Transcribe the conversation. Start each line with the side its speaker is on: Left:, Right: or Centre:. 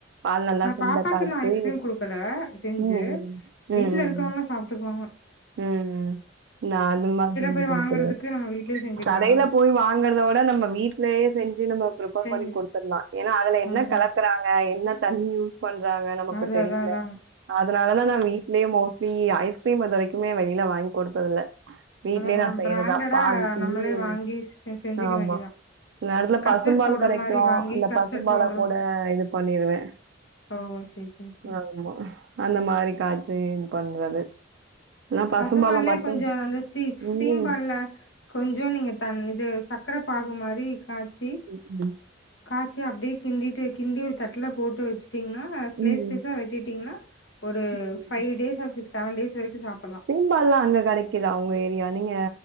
Right: பால் நல்லா சுண்ட
Left: பாப்பாக்கு
Right: காய்ச்சி
Left: க்கு நா ஐஸ்கிரீம் குடுக்கல செஞ்சு
Right: ம் ம்
Left: வீட்டுல
Right: ம் ம்
Left: இருக்கவங்க சாப்பிட்டுக்குவாங்க
Right: ம் ம் நா அந்த மா செஞ்சு
Left: போய்
Right: குடுத்துருவே
Left: வாங்குறதுக்கு நம்ம வீட்லயே செஞ்சுக்கலா
Right: கடையில போய் வாங்கறத விட நம்ம வீட்லேயே செஞ்சு நம்ம ப்ரிப்பேர்
Left: செஞ்சு
Right: பண்ணி குடுத்துரலா ஏன்னா அதுல என்ன
Left: அதா
Right: கலக்குறாங்க என்ன தண்ணி யூஸ் பண்றாங்க நமக்கு
Left: அது
Right: தெரியல
Left: அதா அதா
Right: அதனாலதா நா வீட்லயே மோஸ்ட்லி ஐஸ்கிரீம் இது வரைக்குமே வெளியில வாங்கி குடுத்ததுல்ல வீட்லயே
Left: அதுதா
Right: நா செய்றதா
Left: பிராண்டடா
Right: பால்
Left: நம்மளே
Right: ஊத்தி
Left: வாங்கி செ செஞ்சுக்க
Right: ஆமா
Left: வேண்டியதா
Right: நேரத்துல்ல
Left: கஸ்டர்ட்
Right: பசும்பால்
Left: பவுடர்
Right: கெடைக்கு
Left: மாரி வாங்கி
Right: அந்த
Left: கஸ்டர்ட்
Right: பசும்பால
Left: பவுடர்
Right: கூட இது பண்ணிருவே
Left: ஓ செரி செரி செரி
Right: ஆமா அந்த மாரி காய்ச்சி இது பண்றது ஆனா பசும்பால
Left: பசும்பால்லே
Right: மட்டும்
Left: கொஞ்சம் அந்த சி
Right: ம்.
Left: சீம்பால்ல கொஞ்சோ நீங்க தண் இது சக்கர பாகு மாரி காச்சி
Right: உருண்ட
Left: காய்சி அப்டியே கிண்டிட்டு கிண்டி ஒரு தட்டல போட்டு வச்சு ட்டீங்கனா ஸ்லேஸ்
Right: ம்.
Left: ஸ்லேஸா வெட்டிட்டீங்ன்னா ஒரு
Right: ம்.
Left: Five days or six seven days வரைக்கு சாப்புட்லா
Right: சீம்பாலல்லா அங்க கெடைக்குதா உங்க ஏரியா நீங்க